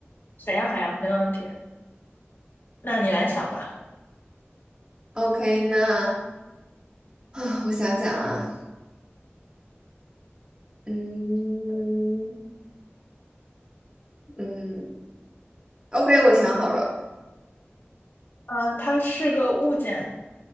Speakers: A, on the left (about 50°); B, on the right (about 20°).
A: 谁呀？海洋，没问题。那你来想吧。
B: OK，那啊，我想想啊，嗯嗯，OK，我想好了，
A: 呃，它是个物件，